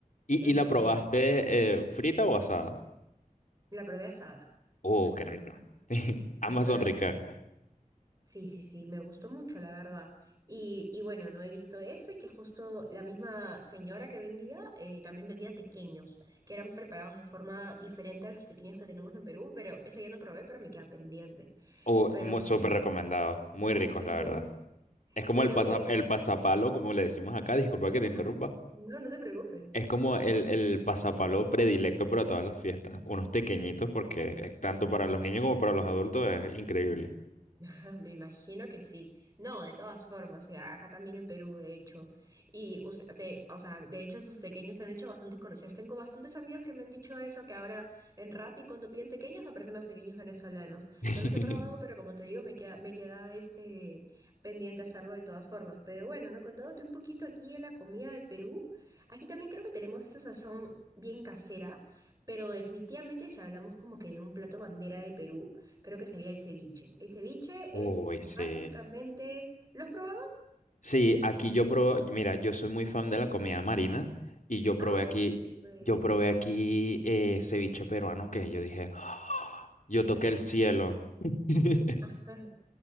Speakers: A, on the left (about 65°); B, on the right (about 25°).
A: ¿Y,
B: Este,
A: y la probaste eh, frita o asada?
B: la probé asada.
A: Oh,
B: La probé
A: qué rico.
B: asada.
A: <laughs> Ambas
B: La probé
A: son ricas.
B: asada. Sí, sí, sí, me gustó mucho, la verdad. Y, y bueno, no he visto eso y que justo la misma señora que vendía eh, también vendía tequeños, que eran preparados de forma diferente a los tequeños que tenemos en Perú, pero ese yo no probé, pero me queda pendiente.
A: Oh,
B: Pero
A: mu-
B: bueno,
A: súper recomendados. Muy ricos,
B: <laughs>
A: la verdad. Es como
B: pero
A: el pasa-
B: bueno.
A: el pasapalo, como le decimos acá. Disculpa que te interrumpa.
B: Ah, no, no te preocupes.
A: Es como el, el pasapalo predilecto para todas las fiestas. Unos pequeñitos, porque eh, tanto para los niños como para los adultos es increíble.
B: <laughs> Me imagino que sí. No, de todas formas, o sea, acá también en Perú, de hecho. Y, o sea, de, o sea, de hecho, sus pequeños se han hecho bastante conocidos. Tengo bastantes amigos que me han dicho eso, que ahora en Rappi, cuando piden pequeños, aparecen los pequeños venezolanos.
A: <laughs>
B: No los he probado, pero como te digo, me queda, me queda este pendiente hacerlo de todas formas. Pero bueno, ¿no? Contándote un poquito aquí de la comida de Perú. Aquí también creo que tenemos esa sazón bien casera, pero definitivamente si hablamos como que de un plato bandera de Perú. Creo que sería el ceviche. El ceviche
A: Uy,
B: es básicamente...
A: sí.
B: ¿Lo has probado?
A: Sí, aquí yo probé, mira, yo soy muy fan de la comida marina y yo probé
B: Ah,
A: aquí,
B: súper.
A: yo probé aquí eh, ceviche peruano que yo dije, "Ah, yo toqué el cielo. <laughs>
B: Ajá,